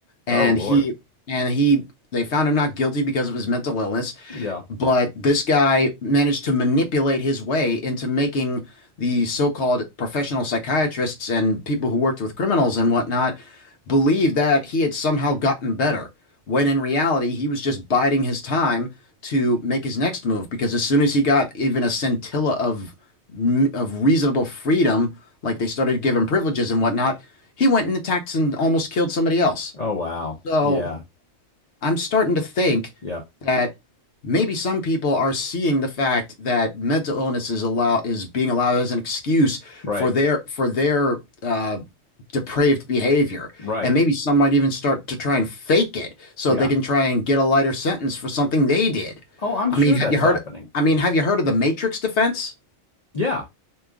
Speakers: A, on the left; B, on the left.
A: Oh
B: and
A: Lord.
B: he and he they found him not guilty because of his mental illness,
A: Yeah.
B: but this guy managed to manipulate his way into making the so-called professional psychiatrists and people who worked with criminals and whatnot believe that he had somehow gotten better, when in reality he was just biding his time to make his next move because as soon as he got even a scintilla of of reasonable freedom, like they started to give him privileges and whatnot, he went and attacked and almost killed somebody else.
A: Oh wow.
B: So
A: Yeah.
B: I'm starting to think
A: Yep.
B: that maybe some people are seeing the fact that mental illness is allow is being allowed as an excuse
A: Right.
B: for their for their uh, depraved behavior,
A: Right.
B: and maybe some might even start to try and fake it so
A: Yeah.
B: they can try and get a lighter sentence for something they did.
A: Oh, I'm
B: I
A: sure
B: mean, have
A: that's
B: you heard?
A: happening.
B: I mean, have you heard of the Matrix defense?
A: Yeah.